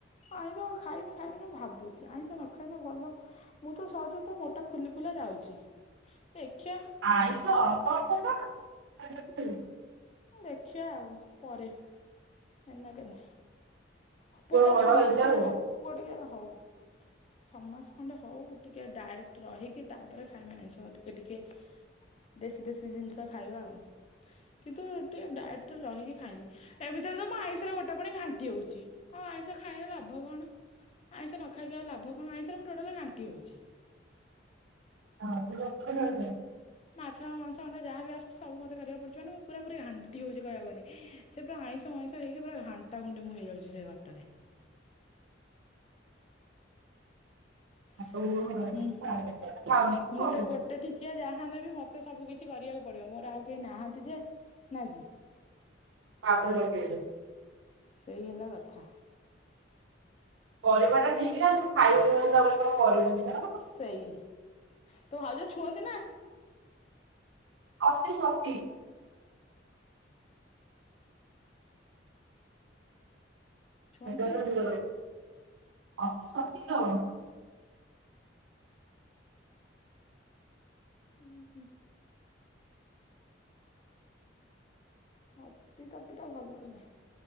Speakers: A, on the left; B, on the right.
A: ଆଇଁଷ ଆଉ ଖାଇବି ଖାଇବିନି ଭାବୁଛି ଆଇଁଷ ନ ଖାଇଲେ ଭଲ ମୁଁ ତ ସହଜ ତ ମୋଟା ଫୁଲି ଫୁଲା ଯାଉଛି। ଦେଖିଆ
B: ଆଇଁଷ <unintelligible>
A: ହୁଁ ଦେଖିବା ଆଉ ପରେ ଏନକା ନାହିଁ। ପୁଅ ଟା
B: ବଡ
A: ଛଅ ମାସ
B: ହେଇଯାଉ।
A: ଖଣ୍ଡେ ହଉ
B: ଆଉ
A: ପୁଅ ଟିକେ ହଉ ଛଅ ମାସ ଖଣ୍ଡେ ହଉ ଟିକେ ଡାଏଟ ରହିକି ତାପରେ ଖାଇବା ଆଇଁଷ ଟିକେ ଟିକେ ଦେଶୀ ଦେଶୀ ଜିନିଷ ଖାଇବା ଆଉ କିନ୍ତୁ ଟିକେ ଡାଏଟରେ ରହିକି ଖାଇମି ଏମିତିରେ ତ ମୁଁ ଆଇଁଷରେ ଗୋଟେ ପାଣି ଘାଣ୍ଟି ହଉଛି ଆଉ ଆଇଁଷ ଖାଇଲେ ଲାଭ କଣ ଆଇଁଷ ନ ଖାଇକି ଆଉ ଲାଭ କଣ ଆଇଁଷ ରେ ମୁଁ ଟୋଟାଲ ଘା ଣ୍ଟି ହଉଛି।
B: <inaudible>
A: ମାଛ ମାଂସ ଅଣ୍ଡା ଯାହା ବି ଆସୁଛି ସବୁ ମତେ କରିବାକୁ ପଡୁଛି ମାନେ ମୁଁ ପୁରା ପୁରି ଘାଣ୍ଟି ହଉଛି କହିବାକୁଗଲେ ସେ ପୁରା ଆଇଁଷ ମାଇଁଷ ହେଇକି ପୁରା ଘାଣ୍ଟା ଘୁଣ୍ଟି ମୁଁ ହେଇଯାଉଛି ସେ ଘରଟାରେ। <inaudible>
B: ଆଉ
A: ହୁଁ
B: ଖାଉନି କି କଣ
A: ମୁଁ
B: କରିବ?
A: ତ ଗୋଟେ ଠିକିଆ ଯାହା ନେବି ମତେ ସବୁ କିଛି କରିବାକୁ ପଡିବ ମୋର ଆଉ କେହି ନାହାନ୍ତି ଯେ ନା କି।
B: <unintelligible>
A: ସେଇ ହେଲା କଥା।
B: ପରିବା ଟା ଠିକ ନା ତୁ ଖାଇ ପି ଯାଉନ। <unintelligible>
A: ସେଇ ତୋ ଭାଉଜ ଛୁଅନ୍ତି ନା।
B: ଅତି ଶକ୍ତି। <unintelligible>
A: ଛୁଅନ୍ତିନି?
B: <unintelligible>
A: ହୁଁ ହୁଁ। ହସ୍ତି କପି ଟା ଭଲ ନୁହେଁ।